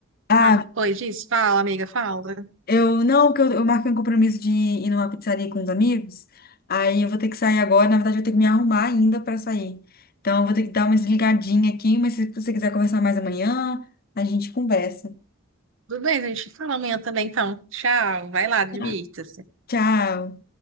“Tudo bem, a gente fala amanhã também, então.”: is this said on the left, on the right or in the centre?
Right